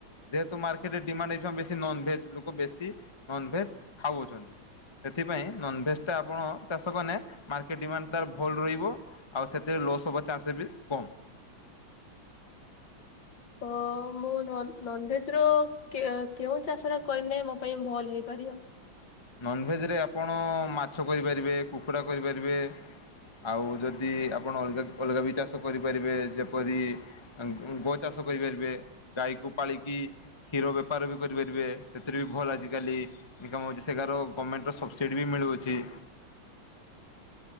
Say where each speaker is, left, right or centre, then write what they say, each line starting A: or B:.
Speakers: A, on the left (about 20°); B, on the left (about 65°).
A: ଯେହେତୁ ମାର୍କେଟରେ ଡିମାଣ୍ଡ ହେଇଥି ପାଇଁ ବେଶୀ ନନ୍ଭେଜ୍ ଲୋକ ବେଶୀ ନନ୍ଭେଜ୍ ଖାଉଅଛନ୍ତି। ସେଥିପାଇଁ ନନ୍ ଭେଜ୍ଟା ଆପଣ ଚାଷ କଲେ ମାର୍କେଟ ଡିମାଣ୍ଡ ତାର ଭଲ ରହିବ। ଆଉ ସେଥିରେ ଲସ୍ ହବ ଚାନ୍ସ ବି କମ୍।
B: <unintelligible> ନନ୍ ଭେଜ୍ ର କେ କେଉଁ ଚାଷ ଟା କରିନେ ମୋ ପାଇଁ ଭଲ ହେଇପାରିବ।
A: ନନ୍ ଭେଜ୍ ରେ ଆପଣ ମାଛ କରିପାରିବେ କୁକୁଡ଼ା କରିପାରିବେ। ଆଉ ଯଦି ଆପଣ ଅଲଗା ଅଲଗା ବି ଚାଷ କରିପାରିବେ ଯେପରି ଗୋ ଚାଷ କରିପାରିବେ ଗାଈକୁ ପାଳିକି। କ୍ଷୀର ବେପାର ବି କରିପାରିବେ ସେଥିରେ ବି ଭଲ ଆଜିକାଲି ଇଙ୍କମ୍ <unintelligible> ହଉଛି। ସେଠୀକାର ଗମେଣ୍ଟର୍ ସବସିଡ଼ି ବି ମିଳୁଅଛି।